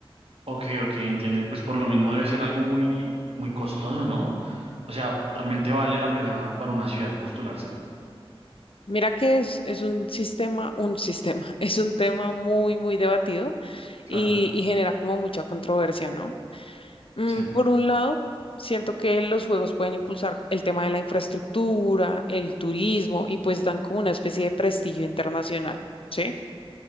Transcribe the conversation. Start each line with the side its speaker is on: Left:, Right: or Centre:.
Right: Ok, ok, entiendo. Y pues por lo mismo debe ser algo muy, muy costoso, ¿no? O sea, realmente vale la pena para una ciudad postularse.
Left: Mira que es, es un sistema, un sistema, <laughs> es un tema muy, muy debatido
Right: Claro,
Left: y, y genera como mucha controversia, ¿no? Mm,
Right: sí,
Left: por un lado, siento que los juegos pueden impulsar el tema de la infraestructura, el turismo y pues dan como una especie de prestigio internacional, ¿sí?